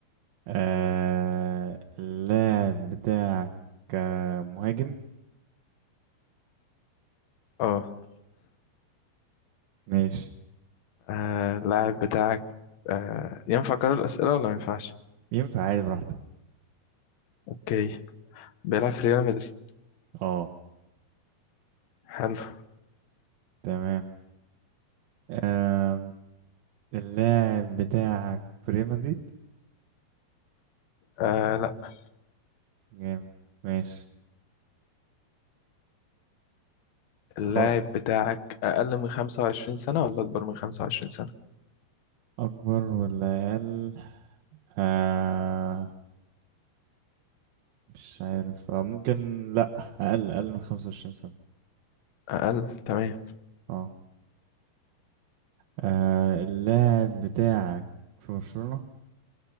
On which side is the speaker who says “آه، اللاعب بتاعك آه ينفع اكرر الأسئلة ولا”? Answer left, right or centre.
Left